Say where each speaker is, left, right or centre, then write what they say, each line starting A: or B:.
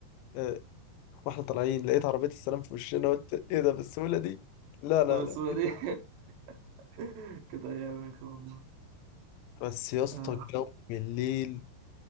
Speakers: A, on the left; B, on the right.
A: اه، واحنا طالعين لقيت عربية السلام في وشنا قلت ايه ده بالسهولة دي لا لا
B: السودة
A: لا
B: دي <laughs> كانت ايام يا اخي والله
A: بس يا اسطى
B: آه.
A: الجو بالليل